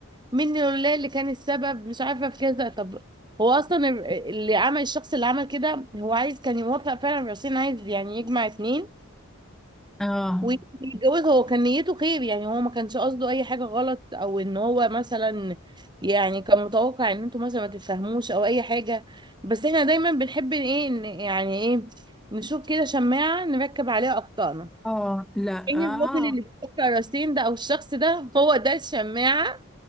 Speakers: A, on the right; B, in the centre.
A: من لله اللي كان السبب مش عارفه في كذا طب هو اصلا ال- اللي عمل الشخص اللي عمل كده هو عايز كان يوفق فعلا الرئيسين عايز يعني يجمع اتنين
B: اه
A: ويتجوز هو كان نيته خير يعني هو ما كانش قصده اي حاجه غلط او ان هو مثلا يعني كان متوقع ان انتوا مثلا ما تتفهموش او اي حاجه بس احنا دايما بنحب ايه ن- يعني ايه نشوف كده شماعه نركب عليها اخطائنا
B: اه لا
A: يعني
B: اه
A: الراجل
B: آه.
A: اللي بيحط راسين ده او الشخص ده هو ده الشماعه